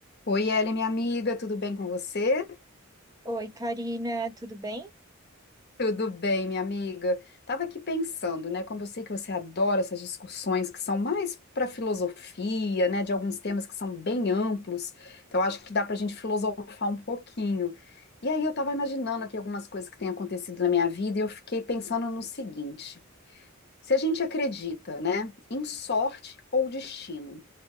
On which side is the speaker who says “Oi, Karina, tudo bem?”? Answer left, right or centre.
Right